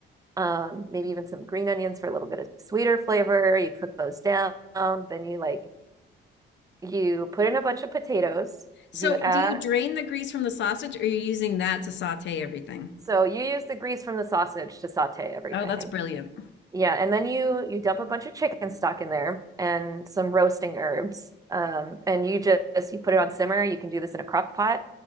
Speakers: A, on the right; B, on the left.
A: um, maybe even some green onions for a little bit of sweeter flavor. You cook those down. Then you like, you put in a bunch of potatoes.
B: So,
A: You add,
B: do you drain the grease from the sausage or are you using that to saute everything?
A: so you use the grease from the sausage to saute everything.
B: Oh, that's brilliant.
A: Yeah, and then you you dump a bunch of chicken stock in there and some roasting herbs. Um, and you just you put it on simmer. You can do this in a crock pot,